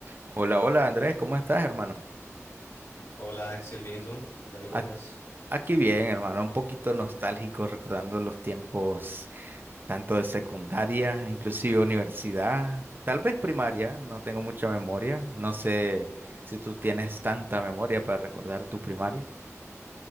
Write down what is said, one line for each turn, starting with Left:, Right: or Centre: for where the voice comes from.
Right: Hola, hola Andrés, ¿cómo estás, hermano?
Left: Hola Axel, ¿bien y tú? ¿Qué tal me cuentas?
Right: Ac- Aquí bien, hermano, un poquito nostálgico recordando los tiempos tanto de secundaria, inclusive universidad, tal vez primaria, no tengo mucha memoria, no sé si tú tienes tanta memoria para recordar tu primaria.